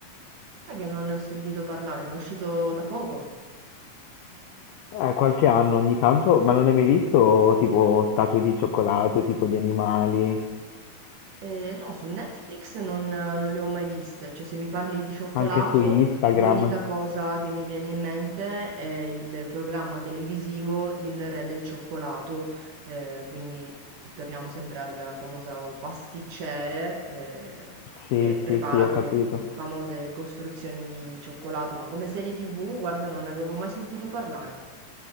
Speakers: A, on the right; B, on the left.
A: Sai che non ne ho sentito parlare, ma è uscito da poco?
B: Eh, qualche anno ogni tanto, ma non hai mai visto tipo statue di cioccolato, tipo di animali,
A: Ehm, no, su Netflix non non le ho mai viste, cioè se mi parli di cioccolato,
B: anche su Instagram?
A: l'unica cosa che mi viene in mente è il programma televisivo Il Re del Cioccolato, ehm, quindi torniamo sempre al famoso pasticciere, ehm,
B: Sì,
A: che prepara
B: sì, sì, ho
A: quelle
B: capito.
A: famose costruzioni di cioccolato, ma come serie TV, guarda, non ne avevo mai sentito parlare.